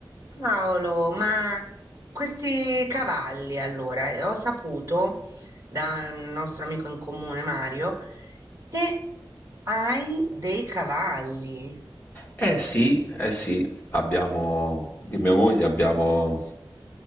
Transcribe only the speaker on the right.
Paolo, ma questi cavalli allora, eh, ho saputo da un nostro amico in comune, Mario, che hai dei cavalli.